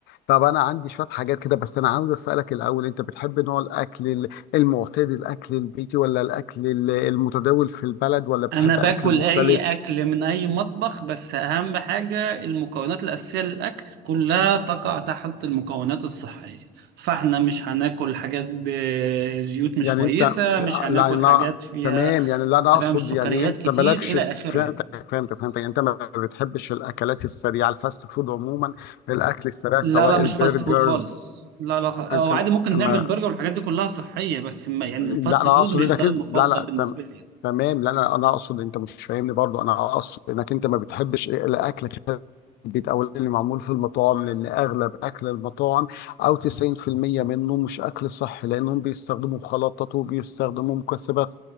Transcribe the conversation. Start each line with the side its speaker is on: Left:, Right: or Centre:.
Left: طب أنا عندي شوية حاجات كده بس أنا عاوز أسألك الأول أنت بتحب نوع الأكل ال- المعتاد الأكل البيتي ولا الأكل ال- المتداول في البلد ولا بتحب
Right: انا باكل
Left: أكل مختلف؟
Right: اي اكل من اي مطبخ بس اهم حاجه المكونات الاساسيه للاكل كلها تقع تحت المكونات الصحيه فاحنا مش هناكل حاجات بزيوت مش
Left: يعني
Right: كويسه
Left: انت
Right: مش هناكل
Left: لا انا
Right: حاجات فيها
Left: تمام يعني اللي انا
Right: انت
Left: اقصد
Right: فاهم السكريات
Left: يعني انت
Right: كتير
Left: مالكش
Right: الى اخره
Left: فهمتك
Right: يعني
Left: فهمتك فهمتك يعني انت ما بتحبش الاكلات السريعه الفاست فود عموما الاكل السريع
Right: لا
Left: سواء
Right: لا مش
Left: البرجرز
Right: فاست فود خالص لا لا خ- او
Left: انت
Right: عادي
Left: لا,
Right: ممكن
Left: ما...
Right: نعمل برجر والحاجات دي كلها صحية بس ما يعني
Left: لا
Right: الفاست
Left: انا
Right: فود
Left: اقصد
Right: مش
Left: انك
Right: ده المفضل
Left: انت- لا لا
Right: بالنسبة
Left: تم...
Right: لي يعني.
Left: تمام لا لا انا اقصد انت مش فاهمني برضو انا اقصد انك انت ما بتحبش إيه، الاكل البيت او اللي معمول في المطاعم لان اغلب اكل المطاعم او 90% منه مش اكل صح لانهم بيستخدموا مخلطات وبيستخدموا مكسبات